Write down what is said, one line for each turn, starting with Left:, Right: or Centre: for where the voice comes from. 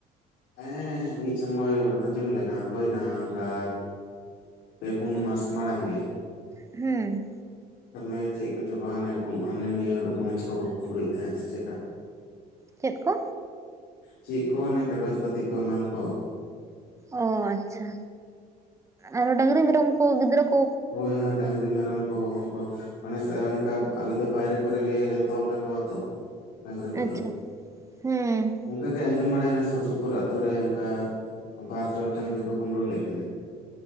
Left: ᱦᱮᱸ ᱢᱤᱫ ᱥᱚᱢᱚᱭ ᱟᱸᱡᱚᱢ ᱞᱮᱱᱟ ᱦᱩᱭᱮᱱᱟ ᱚᱱᱠᱟ᱾ ᱯᱮ ᱯᱩᱱ ᱢᱟᱥ ᱢᱟᱲᱟᱝ ᱜᱮ
Right: ᱦᱮᱸ
Left: ᱥᱟᱵ ᱠᱟᱜ ᱢᱮ ᱪᱮᱫ ᱠᱚᱪᱚ ᱠᱚ ᱦᱟᱱᱮ ᱠᱚ ᱦᱟᱱᱟᱱᱤᱭᱟᱹ ᱰᱩᱠᱩᱢᱮᱱᱴᱥ ᱠᱚᱠᱚ ᱠᱩᱢᱵᱽᱲᱩᱭᱮᱫ ᱛᱟᱸᱦᱮᱜ ᱥᱮ ᱪᱮᱛᱟ?
Right: ᱪᱮᱫ ᱠᱚ?
Left: ᱪᱮᱫ ᱠᱚ ᱚᱱᱮ ᱠᱟᱜᱚᱡ ᱯᱟᱛᱤ ᱠᱚ ᱮᱢᱟᱱ ᱠᱚ,
Right: ᱚ ᱟᱪᱪᱷᱟ ᱟᱨ ᱰᱟᱹᱝᱨᱤ ᱢᱮᱨᱚᱢ ᱠᱚ ᱜᱤᱫᱽᱨᱟᱹ ᱠᱚᱼᱼ
Left: ᱦᱳᱭ ᱦᱮᱸ ᱰᱟᱝᱨᱤ ᱢᱮᱨᱚᱢ ᱠᱚ ᱦᱚ ᱠᱚ ᱢᱟᱱᱮ ᱚᱱᱠᱟ ᱟᱞᱮ ᱫᱚ ᱵᱟᱭᱨᱮ ᱠᱚᱨᱮ ᱜᱮ ᱛᱚᱞ ᱠᱟᱠᱚᱣᱟ ᱛᱚ, ᱰᱟᱝᱨᱤ ᱠᱚᱫᱚ
Right: ᱟᱪᱪᱷᱟ ᱦᱩᱸ
Left: ᱚᱱᱠᱟ ᱜᱮ ᱟᱸᱡᱚᱢ ᱵᱟᱲᱟ ᱭᱮᱱᱟ ᱥᱩᱨ ᱥᱩᱯᱩᱨ ᱟᱛᱳ ᱨᱮ ᱚᱱᱠᱟ ᱵᱟᱨ ᱡᱳᱲ ᱰᱟᱝᱨᱤ ᱠᱚ ᱠᱩᱢᱵᱽᱲᱩ ᱞᱮᱫ ᱠᱤᱱᱟ᱾